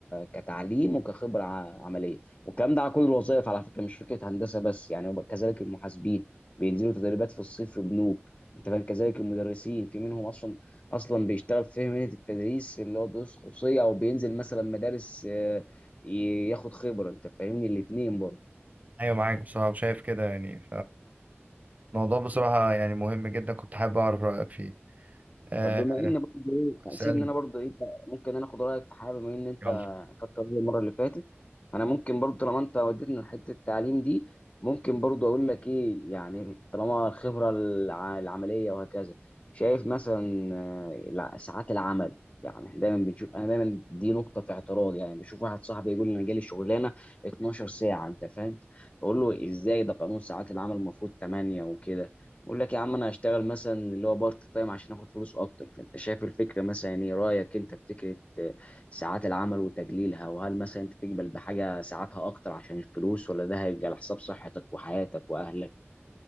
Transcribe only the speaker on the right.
ايوه معاك بصراحة شايف كده يعني فالموضوع بصراحة يعني مهم جدا كنت حابب اعرف رأيك فيه آه،
اسألني
يلا